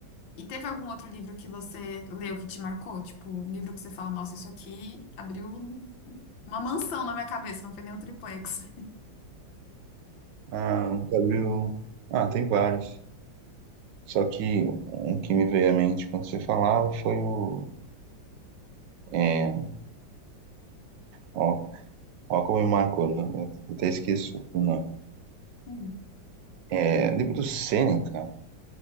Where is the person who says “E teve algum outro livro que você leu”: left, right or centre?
Left